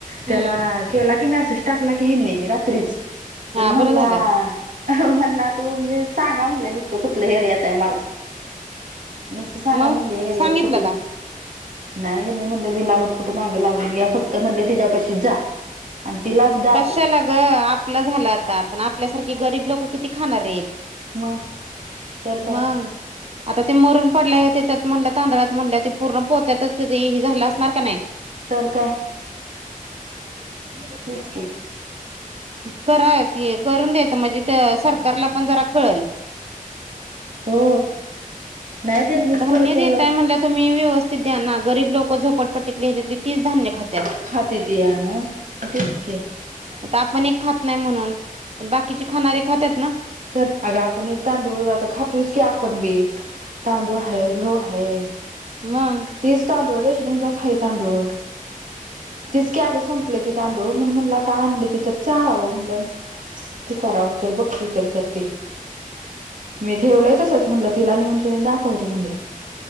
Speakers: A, on the right (about 45°); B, on the right (about 60°).
A: हम्म
B: त्याला केला की मेसेज टाकला की हेनी रात्रीच तर
A: हा
B: म्हणला
A: बरं झालं
B: म्हणला तू मी सांगा म्हणले नुसत कुठलं ऐरियात आहे मला. नुसत सांगा
A: मग
B: म्ह एरित
A: सांगितलं
B: कुठले
A: का
B: नाही म बिलामत कुठे माग लावून घ्या फक्त म्हणले तिच्या पशी जा आणि तिला दाखव.
A: कशाला ग आपलं झालं आता आपण आपल्यासारखी गरीब लोक किती खाणार आहेत.
B: मग तर
A: मग.
B: काय
A: आता ते मरून पडले त्याच्यात म्हणलं तांदळात म्हणल्या ते पूर्ण पोत्यातच त्याच ह झालं असणार का नाही.
B: तर काय.
A: <unintelligible>
B: तेच की
A: करा करून द्यायचं म्हणजे सरकारला पण जरा कळेल.
B: हो नाही त्यांनीच
A: धन्य
B: परत
A: देताय म्हणल्या तुम्ही व्यवस्थित दयाना गरीब लोक झोपटीत ह्याच्यात ती धान्य खात
B: खाती त या खतीच क
A: आता आपण एक खात नाही म्हणून बाकीचे खाणारे खातात ना.
B: तर अग आपण एक तांदूळ आता खातोस की आपण बी तांदूळ हाय गहू हाय
A: मग
B: तीच तांदूळ रेशणीगचाच आहे तांदूळ तीच की आग संपले ती तांदूळ म्हणून म्हणला आता आणले ति तर चाळावं म्हणलं ते करावं तर बघते तर त्यात मी इथे ठेवलय तसच म्हणलं तिला नेउन शिन दाखवते म्हणलं